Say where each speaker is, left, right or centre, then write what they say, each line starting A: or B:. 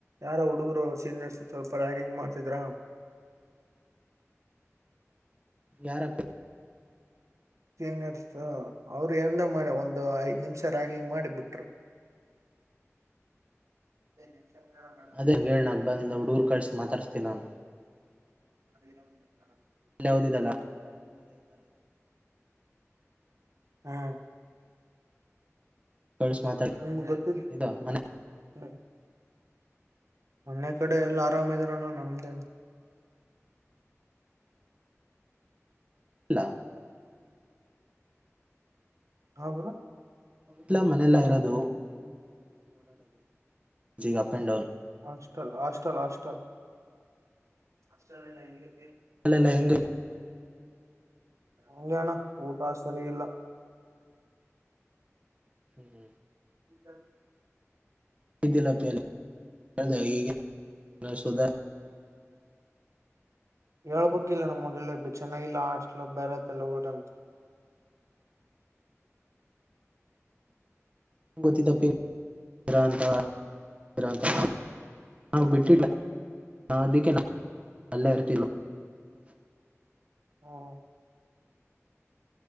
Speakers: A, on the right; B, on the right.
A: ಯಾರ ಹುಡುಗ ಸೀ ನಡ್ಸ ಸ್ವಲ್ಪ ರಾಗಿಂಗ್ ಮಾಡ್ತಿದ್ರ
B: ಗಾರ
A: ಸೀನಿಯರ್ಸ್ ಅವರು ಂದ ಮಾಡಿ ಒಂದು ಐದ್ ನಿಮಿಷ ರ್ಯಾಗಿಂಗ್ ಮಾಡಿ ಬಿಟ್ರು ಎನಕ್ಕೆಂದ ನ
B: ಅದೇ
A: ನಂದಿಯಣ
B: ಹೇಳ ನಾನ್
A: ಅ
B: ಬಂದ್ ಹುಡುಗರು ಕಳ್ಸಿ ಮಾತಾಡ್ಸ್ತೀನಿ ನಾನು
A: ಹದ
B: ಎಲ್ಲ ಓದಿದಲ್ಲಾ
A: ಹಾ
B: ಕಳ್ಸಿ ಮಾತಾಡ
A: ಹ ಗೊತ್ತ
B: ಇದು ಮನೆ
A: ಹ್ಮ್ ಮೊನ್ನೆ ಕಡೆ ಎಲ್ಲ ಆರಾಮ ಇದರಣಾ ನಮ್ದೇನೆ
B: ಇಲ್ಲ
A: ಹಾ ಬರ
B: ಇಲ್ಲ ಮನೆಯಲ್ಲ ಇರೋದು ಗ ಅಪ್ ಅಂಡ್ ಡೌನ್
A: ಹಾಲ್ ಹಲ್ ಹ
B: ಅಲ್ಲಲ್ಲ ಹೆಂಗ
A: ಅಂಗಾನ ಊಟಾ ಸರಿ ಇಲ್ಲ
B: ಹ್ಮ
A: ಈ ಸ
B: ವ್ದಿ ಲಪ್ಪಲ್ಲಿ ಈ ಸುಧಾ
A: ಹೇಳ್ಬೇಕಿಲ್ಲ ನಮ್ಮ ಮಗಲ್ಲ ಚೆನ್ನೈಲ್ಲ ಅಷ್ಟ ಎಲ ಬೇರೆ ತಲುಗಟ ಅಂತ <inaudible>
B: <inaudible> <inaudible>
A: ಹ್ಮ್